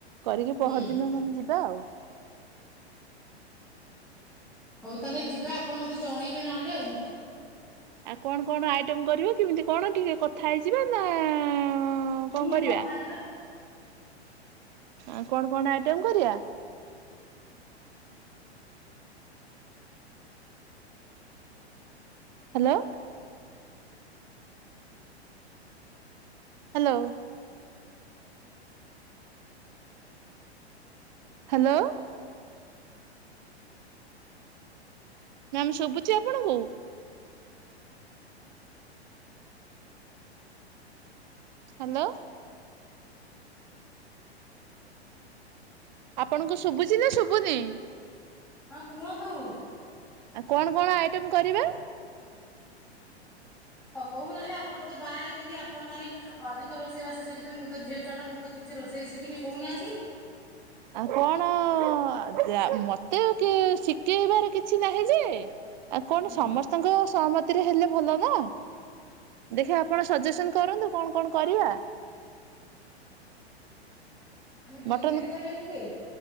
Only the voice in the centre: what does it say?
ହୁଁ
ହଉ ତାହେଲେ ଯିବା ଆପଣ ମତେ ଜଣେଇବେ ନହେଲେ ଆଉ।
ହୁଁ
କଥା ହେଇଯିବା
ହଁ କୁହନ୍ତୁ।
ହ କହୁନାନ୍ତି ଆପଣ ତ ବାହା ହେଇଛନ୍ତି ଆପଣ ମାନେ ଅଧିକ ରୋଷେଇବାସ ଶିଖି ତ ମୁଁ ତ ଝିଅ ଛୁଆଟ ମୁ ତ କିଛି ରୋଷେଇ ଶିଖିନି କହୁହାନ୍ତି।
ହୁଁ
ଆମେ ବିରିୟାନୀ
କରିବା କି ଟିକେ?